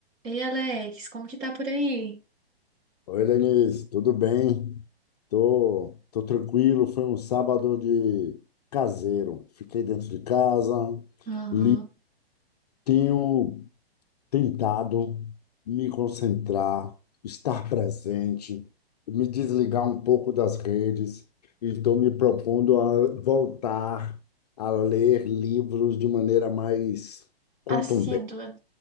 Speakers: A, on the right; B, on the left.
A: Ei, Alex, como que tá por aí?
B: Oi, Lenise, tudo bem? Tô, tô tranquilo. Foi um sábado de caseiro. Fiquei dentro de casa,
A: Aham.
B: li, tenho tentado me concentrar, estar presente, me desligar um pouco das redes e estou me propondo a voltar a ler livros de maneira mais contundente,
A: Assídua,